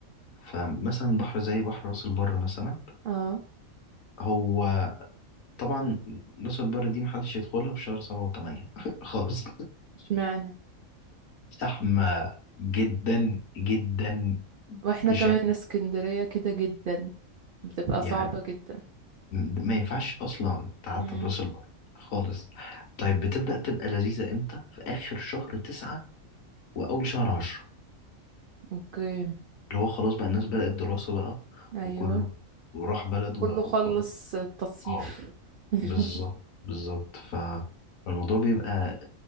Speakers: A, on the left; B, on the right.
A: فمثلا بحر زي بحر راس البر مثلا
B: اه
A: هو طبعا راس البر دي محدش يدخلها في شهر سبعة وثمانية <laughs> خالص
B: اشمعنى
A: زحمة جدا جدا
B: واحنا
A: بشكل
B: كمان اسكندرية كده جدا بتبقى
A: يعني
B: صعبة جدا
A: م- ما ينفعش اصلا تعدي
B: امم
A: راس البر خالص طيب بتبدأ تبقى لذيذة امتى في اخر شهر تسعة واول شهر عشرة
B: اوكي
A: اللي هو خلاص بقى الناس بدأت دراسة بقى
B: ايوه
A: وكله وراح بلده
B: كله
A: بقى
B: خلص
A: وخلاص
B: التصيف
A: اه
B: <laughs>
A: بالظبط بالظبط ف- فالموضوع بيبقى